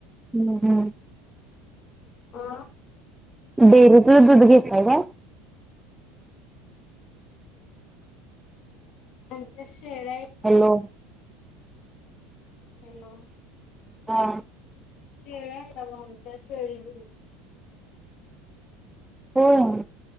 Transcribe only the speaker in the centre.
हम् ह.
डेरीतलं दुध घेताय काय?
हॅलो.
हा
होय,